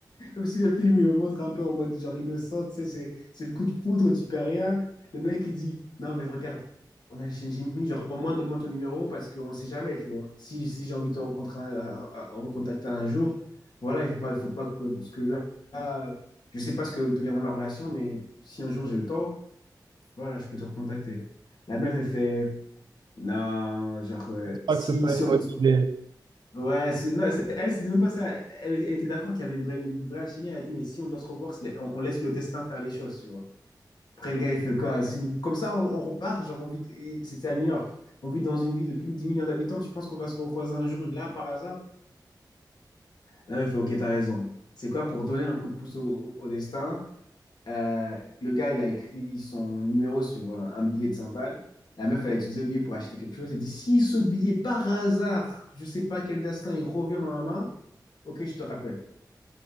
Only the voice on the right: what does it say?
crois
que c'est pas
une
bonne
idée.